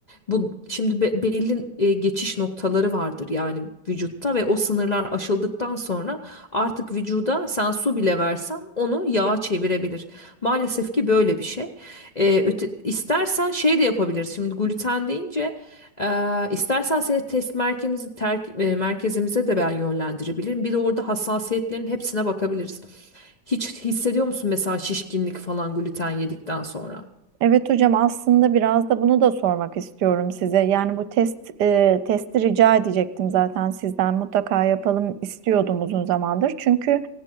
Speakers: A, on the left; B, on the right.
A: Bu şimdi be- belli e, geçiş noktaları vardır yani vücutta ve o sınırlar aşıldıktan sonra artık vücuda sen su bile versen onu yağa çevirebilir. Maalesef ki böyle bir şey. E, öte- istersen şey de yapabiliriz. Şimdi gluten deyince e, istersen seni test merkezimizi terk- e, merkezimize de ben yönlendirebilirim. Bir de orada hassasiyetlerin hepsine bakabiliriz. Hiç hissediyor musun mesela şişkinlik falan gluten yedikten sonra?
B: Evet hocam aslında biraz da bunu da sormak istiyorum size. Yani bu test e, testi rica edecektim zaten sizden mutlaka yapalım istiyordum uzun zamandır. Çünkü